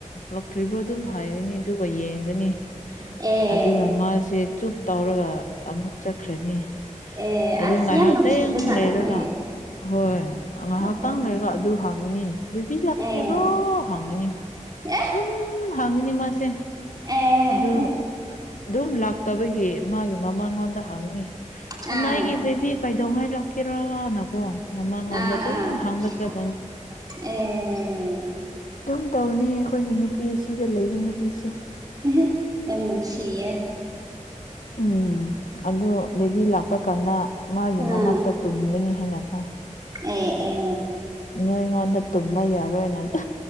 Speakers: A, on the left; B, on the right.
A: ꯂꯥꯛꯇ꯭ꯔꯤꯕ꯭ꯔꯣ ꯑꯗꯨꯝ ꯍꯥꯏꯒꯅꯤ ꯑꯗꯨꯒ ꯌꯦꯡꯒꯅꯤ
B: ꯑꯦ
A: ꯑꯗꯨꯒ
B: ꯑꯦ
A: ꯃꯥꯁꯦ ꯆꯨꯞ ꯇꯧꯔꯒ ꯑꯃꯨꯛ ꯆꯠꯈ꯭ꯔꯅꯤ
B: ꯑꯦ
A: ꯑꯗꯨ
B: ꯑꯁ
A: ꯉꯥꯏꯍꯥꯛꯇꯪ
B: ꯌꯥꯝ ꯅꯨꯡꯁꯤꯕ ꯖꯥꯠꯅꯤꯅꯦ
A: ꯂꯩꯔꯒ ꯍꯣꯏ ꯉꯥꯏꯍꯥꯛꯇꯪ
B: ꯑꯦ
A: ꯂꯩꯔꯒ ꯑꯗꯨ ꯍꯥꯡꯒꯅꯤ ꯕꯦꯕꯤ ꯂꯥꯛꯇ꯭ꯔꯤꯕ꯭ꯔꯣ
B: ꯑꯦ
A: ꯍꯥꯡꯉꯅꯤ
B: ꯑꯦ
A: ꯑꯗꯨꯝ ꯍꯥꯡꯉꯅꯤ ꯃꯥꯁꯦ
B: ꯑꯦ
A: ꯑꯗꯨ ꯑꯗꯨꯝ ꯂꯥꯛꯇꯕꯒꯤ ꯃꯥꯒꯤ ꯃꯃꯥꯡꯉꯣꯟꯗ ꯍꯪꯅꯤꯅꯥ
B: ꯑꯥ
A: ꯑꯅꯥꯒꯤ ꯕꯦꯕꯤ ꯀꯩꯗꯧꯉꯥꯏ ꯂꯥꯛꯀꯦꯔꯥꯅꯀꯣ ꯃꯃꯥꯡꯉꯣꯟꯗ
B: ꯑꯥ
A: ꯑꯗꯨꯝ
B: ꯑꯥ
A: ꯍꯥꯡꯕ ꯆꯠꯂꯅꯤ
B: <unintelligible>
A: ꯑꯗꯨꯝ ꯇꯧꯅꯤ ꯑꯩꯈꯣꯏꯒꯤ ꯅꯨꯄꯤ ꯁꯤꯗ ꯂꯩꯕ ꯅꯨꯄꯤꯁꯤ
B: <unintelligible> ꯌꯥꯝ ꯅꯨꯡꯁꯤꯌꯦ
A: ꯎꯝ ꯑꯗꯨ ꯕꯦꯕꯤ ꯂꯥꯛꯄ ꯀꯥꯟꯗ ꯃꯥꯒꯤ
B: ꯑꯥ
A: ꯃꯅꯥꯛꯇ ꯇꯨꯝꯒꯅꯤ ꯍꯥꯏꯅꯀꯣ
B: ꯑꯦ ꯑꯦ
A: ꯅꯣꯏ ꯑꯩꯉꯣꯟꯗ ꯇꯨꯝꯕ ꯌꯥꯔꯣꯏꯅꯗ